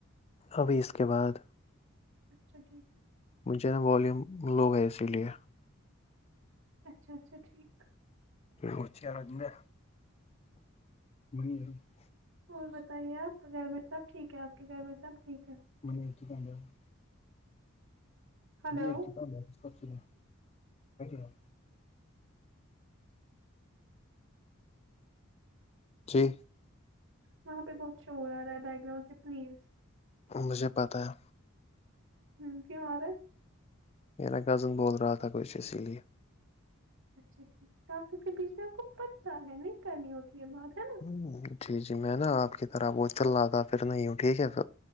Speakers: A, on the left; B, on the right.
A: ابھی اس کے بعد
B: اچھا ٹھیک ہے <inaudible> <unintelligible>
A: مجھے نا والیوم لو ہے اسی لیے
B: اچھا اچھا ٹھیک <unintelligible>
A: وچےارج میں ب <unintelligible>
B: اور بتائیے آپ گھر میں سب ٹھیک ہے آپ کے گھر میں سب ٹھیک ہے
A: م یہ توک <unintelligible>
B: ہلو
A: م تو کم ب کٹی ہ <unintelligible> جی
B: وہاں پہ بہت شور آ رہا ہے بیک گراؤنڈ سے پلیز
A: مجھے پتاہ ہے
B: ہوں کیوں ہو رہا ہے
A: میرا کزن بول رہا تھا کچھ اسی لیے
B: اچھا ٹھیکسل کے بیچ میں آپ کو پتا ہے نہیں کرنی ہوتی ہے بات ہے نا
A: ہ جی جی میں نا آپ کی طرح وہ چل رہا تھا پھر نہیں ہوں ٹھیک ہے پ